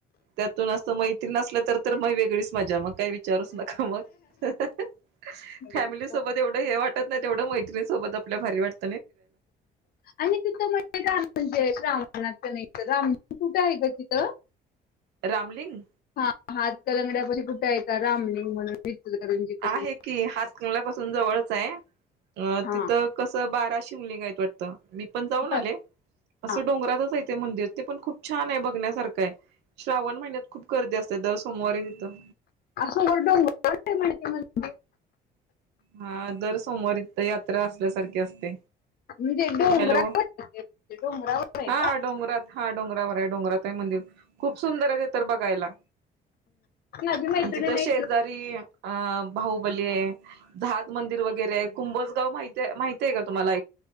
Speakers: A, on the right (about 80°); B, on the left (about 65°).
A: त्यातून असं मैत्रीण असेल तर मग वेगळीच मजा मग काय विचारूच नका. विचारू नका मग फॅमिली
B: मस्त
A: सोबत एवढ हे वाटत नाही. तेवढं मैत्रीणीसोबत भारी वाटतं आपल्याला
B: आणि तिथं म्हणजे म्हणजा मनात नाही आमच कुठं आहे का तिथं.
A: रामलिंग
B: हा हात कलंगड्यापशी कुठे येत रामलिंग म्हणून इचलकरंजी पासून
A: आहे की हात कंगल्यापासून जवळच आहे
B: हा
A: तिथं कसं. बारा शिमलींगायत वाटत मी पण जाऊन
B: बर
A: आले असं
B: हा
A: डोंगरातच ते मंदिर ते पण खूप छान आहे बघण्यासारखं आहे श्रावण महिन्यात खूप गर्दी असते दर सोमवारी तिथं.
B: असंत समोर डोंगरे म्हणतात म्हणे.
A: हा दर सोमवारी तिथे यात्रा असल्यासारखे असते.
B: म्हणजे डोंगरा
A: हॅलो
B: म्हणजे डोंगरावर आहे का
A: हा डोंगरात हा. डोंगरावर डोंगरात आहे मंदिर खूप सुंदर आहे बघायला.
B: ती माझी मैत्रीण
A: आणि तिथं
B: नाही
A: शेजारी अं भाहुबली आहे. नाथ मंदिर वगैरे कुंभजगाव मा माहती आहे का तुम्हाला